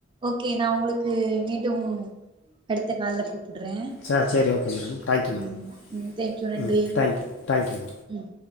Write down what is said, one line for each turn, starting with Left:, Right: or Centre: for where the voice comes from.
Right: ஓகே நா உங்களுக்கு க்கு மீண்டும் அடுத்த கால்ல கூப் பிடுறே
Left: சரி சரி ஓகே மேடம் தேங்க்யூ மேடம்
Right: ம் ம் தேங்க்யூ நன்றி
Left: ம் தேங்க்யூ தேங்க்யூ மேடம்
Right: ம்